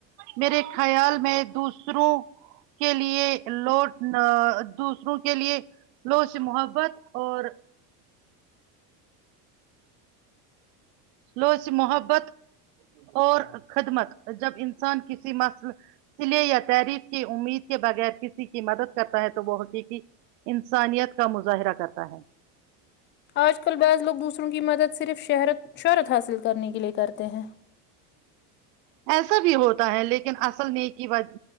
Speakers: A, on the right; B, on the left.
A: میرے خیال میں دوسروں کے لیے لوڈ نا دوسروں کے لیے لو سے محبت اور لو سے محبت اور خدمت جب انسان کسی مقصد لیے یا تحریر کی امید کے بغیر کسی کی مدد کرتا ہے تو وہ حقیقی انسانیت کا مظاہرہ کرتا ہے
B: آج کل بعض لوگ دوسروں کی مدد صرف شہرت شہرت حاصل کرنے کے لیئے کرتے ہیں
A: ایسا بھی ہوتا ہے لیکن اصل نیکی وہی